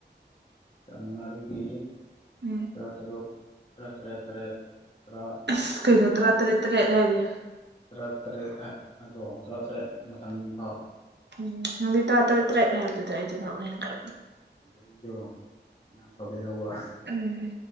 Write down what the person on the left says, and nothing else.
ꯆꯃꯉꯔꯤꯒꯤ
ꯇꯔꯨꯛ ꯇꯔꯨꯛ ꯇꯔꯦꯠ ꯇꯔꯦꯠ ꯇꯔꯦꯠ ꯇꯔꯥ
ꯇꯔꯥ ꯇꯔꯦꯠ ꯅꯠꯇ꯭ꯔꯣ ꯇꯔꯥꯇꯔꯦꯠ ꯃꯊꯪ ꯐꯥꯎ
ꯂꯩꯗꯣ ꯅꯥꯟꯊꯣꯛꯀꯦ ꯇꯧꯕ